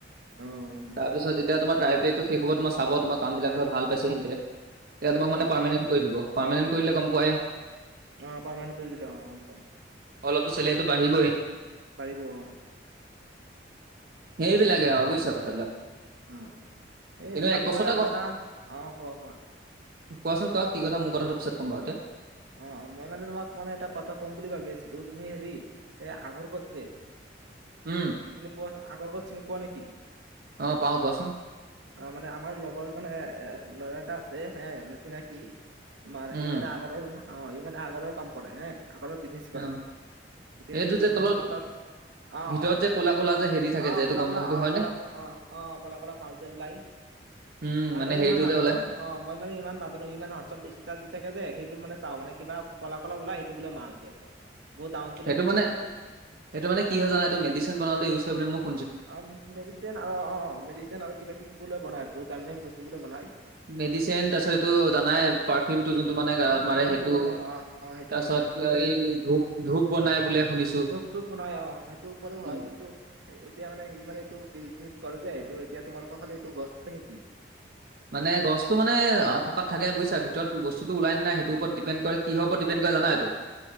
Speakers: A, on the right (about 80°); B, on the right (about 55°).
A: অ গম পাইছো
B: তাৰপিছত যেত তিয়া তোমাৰ ট্ৰাই পেডটো শেষ হ'ব তোমাৰ চাব তোমাৰ কাম বিলাক ধৰা ভাল পাইছে হিনকে তেতিয়া
A: উম
B: তোমাক
A: উম
B: মানে পাৰমানেণ্ট কৰি দিব। পাৰ্মানেণ্ট কৰিলে গম পোৱাই
A: অ, পৰ্মানেণ্ট কৰি দিলে অ, গম পাও।
B: অলপটো চেলেৰিটো বাঢ়িবই।
A: বাঢ়িব অ।
B: সেইবিলাকে আউ বুইছা কথাবিলাক?
A: উম, এই
B: কিন্তু
A: তোমাক
B: এক বছৰতে
A: মই আৰু এটা অ, কোৱা- কোৱা?
B: কোৱাচোন কোৱা কি কথা মোৰ কথাটো কথাটো পিছত ক'ম বাৰুতে?
A: অ', অ', মই মানে তোমাক মানে এটা কথা ক'ম বুলি ভাবি আছিলো তুমি হেৰি এ আগৰ গছ যে
B: উম
A: চিনি পোৱা আগৰ গছ চিনি পোৱা নেকি?
B: অ পাওঁ কোৱাচোন
A: অ, মানে আমাৰ লগৰজনে এ ল'ৰা এটা আছে হে মানে চিনাকি তোমাৰ
B: উম
A: সি মানে আগৰৰ অ, সি মানে আগৰৰ কাম কৰে হে আগৰৰ বিজনেছ কৰে
B: অ
A: এতিয়া
B: সেইটো
A: যদি
B: যে
A: তোমালোকৰ
B: তলত
A: তাত অ',
B: ভিতৰত
A: অ',
B: যে ক'লা ক'লা যে হেৰি থাকে
A: অ',
B: যে এইটো
A: ক'লা
B: গম
A: -ক'লা
B: সেইটো
A: অ,
B: হয়নে?
A: কলা অ', অ', ক'লা- ক'লা মাল যে ওলাই।
B: উম
A: মই
B: মানে
A: বাৰু
B: হেৰিটো
A: ইমান নাজানো
B: যে ওলাই
A: অ, মই মানে ইমান নাজানো ই মানে হোৱাটচ এপত ষ্টিছ ষ্টেটাছ দি থাকে যে সেইবোৰ মানে চাওঁ মানে কিবা ক'লা -ক'লা ওলাই সেইটো বোলে মাল সিহঁতৰ। বহুত দামত বোলে
B: সেইটো
A: বিক্ৰী
B: মানে
A: হয়
B: -সেইটো মানে কি হয় জানা এইটো মেডিচিন বনাওঁতে ইউজ হয় বোলে মোক
A: অ, মেডিচিন আৰু অ, মেডিচিন আৰু কিবা- কিবি বোলে বনাই বহুত দামী- দামী বস্তু বোলে বনায়
B: মেডিচিন তাৰপিছত এইটো জানাই পাৰফিউমটো যোনটো মানে গাত
A: অ পাৰফিউমটো
B: মাৰে সেইটো।
A: বনাই অ', অ', সেইট
B: তাৰপিছত
A: সিটো বনাই সি কত
B: এই ধূপ ধূপ বনাই বোলে শুনিছো।
A: ধূপ চুপ বনাই অহ, সেইটোৰ উপৰেও হয়
B: উম
A: কিন্তু এতিয়া মানে সি মানে এইটো বিজনেচ কৰে যে এইটো এতিয়া তোমালোকৰ ফালে এইটো গছ আছে নেকি?
B: মানে গছটো মানে থকাত থাকে বুইছা ভিতৰত গছটো ওলাই নে নাই সেইটো ওপৰত ডিপেণ্ড কিহৰ ওপৰত ডিপেণ্ড কৰে জানা এইটো <inaudible>